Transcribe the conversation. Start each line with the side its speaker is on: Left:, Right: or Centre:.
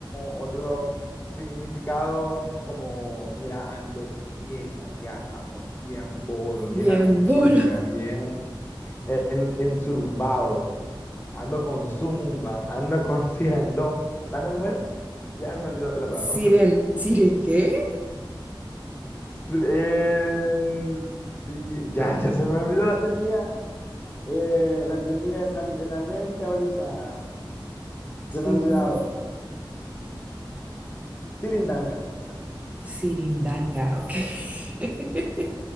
Left: otro significado como, mira, ando bien arriata, vos, bien bolo, bien
Right: Bien,
Left: apichinga,
Right: bolo.
Left: bien en, ensurumbado, ando con zumba, ando con <laughs> cirandón, ando como es, ya se me olvidó la palabra.
Right: Siren,
Left: <laughs>
Right: siren qué?
Left: Sí, eh, sí, ya, ya se me olvidó, la tenía, eh, la tenía en, la- en la mente ahorita,
Right: Sirin,
Left: se me ha olvidado. Sirindanga, esas.
Right: sirindanga, ok. <laughs>